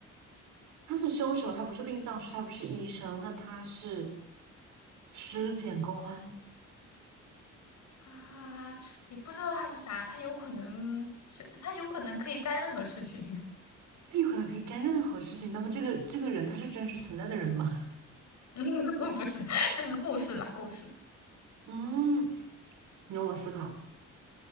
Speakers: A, on the right; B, on the left.
A: 她是凶手，她不是殡葬师，她不是医生，那她是尸检官，
B: 啊，也不知道他是啥，他有可能是，他有可能可以干任何事情。
A: 她有可能可以干任何事情。那么这个这个人他是真实存在的人吗？<laughs>
B: <laughs> 不是，就是故事啦，故事。
A: 嗯，你让我思考，